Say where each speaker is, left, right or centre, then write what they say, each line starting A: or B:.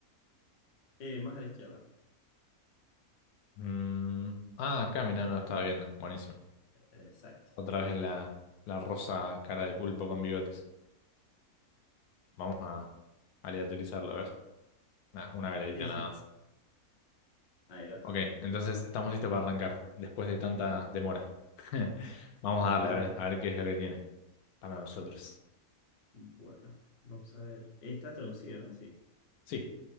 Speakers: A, on the left; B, on the left.
A: Eh, más a la izquierda.
B: Mm, Ah, acá, mirá, no lo estaba viendo. Buenísimo.
A: Eh, Exacto.
B: Otra
A: <laughs>
B: vez la, la rosa cara de pulpo con bigotes. Vamos a aleatorizarlo, a ver. Nah, una galerita
A: Sí, sí.
B: nada más.
A: Ahí va.
B: Ok, entonces estamos listos para arrancar, después de tanta demora. <laughs> Vamos
A: no
B: a
A: hay
B: darle,
A: problema.
B: a ver, a ver qué es lo que tiene. para nosotros.
A: Bueno, vamos a ver. Está traducido, ¿no? Sí,
B: Sí.